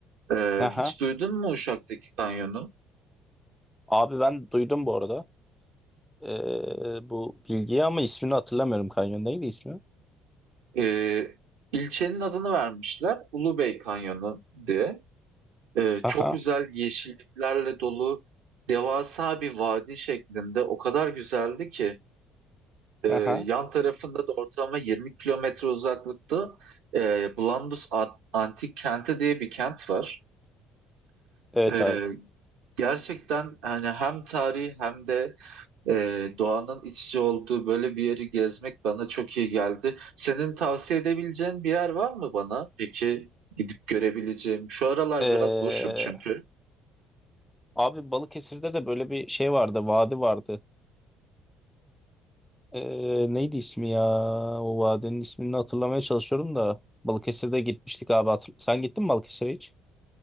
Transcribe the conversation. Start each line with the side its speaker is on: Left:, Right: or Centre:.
Right: Ee,
Centre: aha.
Right: hiç duydun mu Uşak'taki kanyonu?
Centre: Abi ben duydum bu arada. Ee, bu bilgiyi ama ismini hatırlamıyorum. Kanyon neydi ismi?
Right: Ee, ilçenin adını vermişler Ulubey Kanyonu diye. Ee,
Centre: Aha,
Right: çok güzel yeşilliklerle dolu devasa bir vadi şeklinde o kadar güzeldi ki e,
Centre: aha.
Right: yan tarafında da ortalama 20 kilometre uzaklıkta e, Blandus Ant- Antik Kenti diye bir kent var.
Centre: Evet
Right: Ee,
Centre: abi.
Right: gerçekten hani hem tarihi hem de e, doğanın iç içe olduğu böyle bir yeri gezmek bana çok iyi geldi. Senin tavsiye edebileceğin bir yer var mı bana? Peki gidip görebileceğim. Şu aralar
Centre: Ee,
Right: biraz boşum çünkü.
Centre: abi Balıkesir'de de böyle bir şey vardı. Vadi vardı. Ee, neydi ismi ya? O vadinin ismini hatırlamaya çalışıyorum da. Balıkesir'de gitmiştik abi. hatır- Sen gittin mi Balıkesir'e hiç?